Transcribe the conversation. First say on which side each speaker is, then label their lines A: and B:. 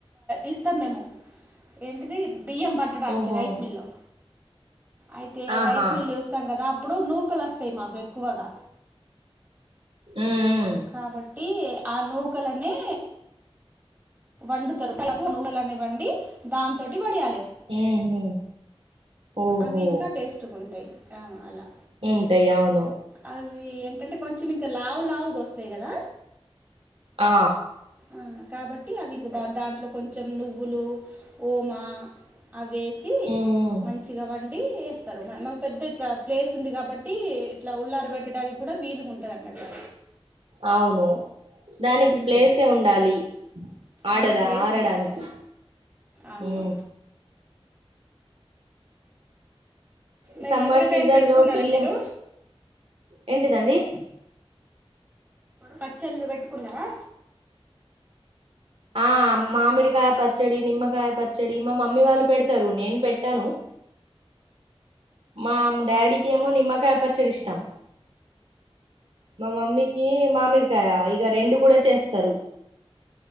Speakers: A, on the right; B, on the right.
A: ఇస్తాము మేము ఏంటిది బియ్యం పట్టడానికి
B: ఓహో
A: రైస్ మిల్ లో అయితే
B: ఆహా
A: రైస్ మిల్ వేస్తాం కదా అప్పుడు నూకలు వస్తాయి మాకు ఎక్కువగా
B: ఉమ్
A: కాబట్టి ఆ నూకలనే వండుతరు నువ్్వలని వండి దాని తోటి వడియాలు పెడ
B: ఉహు ఓహో
A: అవి ఇంకా టేస్ట్గా ఉంటాయి ఆ అలా
B: ఉంటాయి అవును
A: అవి అవి ఏంటంటే కొంచెం ఇంకా లావు లావుగా వస్తాయి కదా
B: ఆ
A: ఆ, కాబట్టి అవి ఇంక బా దాంట్లో కొంచెం నువ్వులు ఓమా అవేసి
B: ఉమ్
A: మంచిగా వండి వేస్తారు మాకు పెద్దగా ఇట్లా ప్లేస్ ఉంది కాబట్టి ఇట్లా ఉల్లార పెట్టడానికి కూడా వీలుగా ఉంటాది అన్నట్టు
B: అవును దానికి
A: ఉమ్,
B: ప్లేసే ఉండాలి ఆడడా
A: ఆ, ప్లేస్
B: ఆడడానికి
A: ఉండాలి అవును
B: హు ఓ
A: మరి
B: సమ్మర్
A: ఊరగాయలు
B: సీజన్లో
A: పెట్టుకున్నారా
B: పిల్ల
A: మీరు
B: ఏంటిదండి
A: పచ్చళ్లు పెట్టుకున్నారా
B: ఆ మామిడికాయ పచ్చడి నిమ్మకాయ పచ్చడి మా మమ్మీ వాళ్ళు పెడతారు నేను పెట్టను
A: అ
B: మా డాడికి ఏమో నిమ్మకాయ పచ్చడి ఇష్టం మా మమ్మీకి మామిడికాయ ఇగ రెండు కూడా చేస్తారు